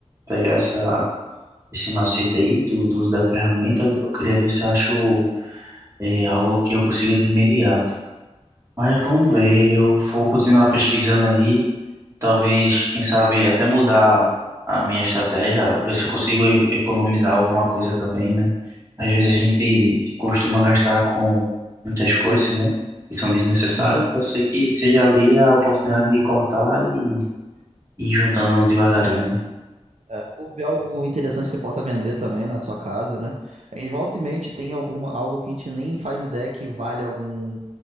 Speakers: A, on the right; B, on the right.
A: pegar essa, esse macete aí do, do uso da ferramenta, eu queria ver se eu acho eh, algo que eu consiga de imediato. Mas vamos ver, eu vou continuar pesquisando aí Talvez, quem sabe, até mudar a minha estratégia, ver se eu consigo e- economizar alguma coisa também, né? Às vezes a gente costuma gastar com muitas coisas, né? Que são desnecessárias.
B: Uhum.
A: Pode ser que seja ali a oportunidade de cortar e e ir juntando devagarinho, né?
B: É, ou ver algo interessante que você possa vender também na sua casa, né? Em volta e meia, tem alguma, algo que a gente nem faz ideia que vale algum,